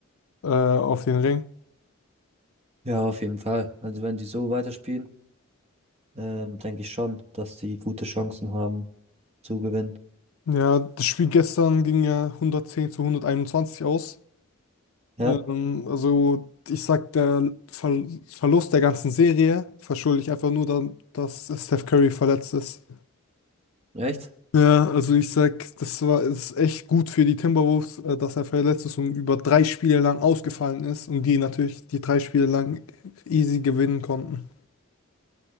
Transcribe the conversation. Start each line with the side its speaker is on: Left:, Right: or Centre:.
Left: äh, auf den Ring?
Right: Ja, auf jeden Fall. Also wenn die so weiterspielen, ähm, denke ich schon, dass die gute Chancen haben zu gewinnen.
Left: Ja, das Spiel gestern ging ja 110 zu 121 aus.
Right: Ja,
Left: Ähm, also ich sag, der Ver Verlust der ganzen Serie verschulde ich einfach nur dann, dass Steph Curry verletzt ist.
Right: echt?
Left: Ja, also ich sag, das war ist echt gut für die Timberwolves, äh, dass er verletzt ist und über drei Spiele lang ausgefallen ist und die natürlich die drei Spiele lang easy gewinnen konnten.